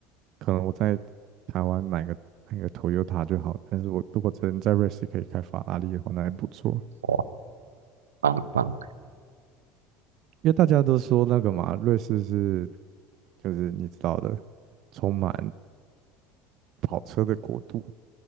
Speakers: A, on the right; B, on the right.
A: 可能我在台湾买个买个 Toyota 就好，但是我如果真在瑞士可以开法拉利的话，那还不错。
B: 哇，棒棒，
A: 因为大家都说那个嘛，瑞士是就是你知道的，充满跑车的国度，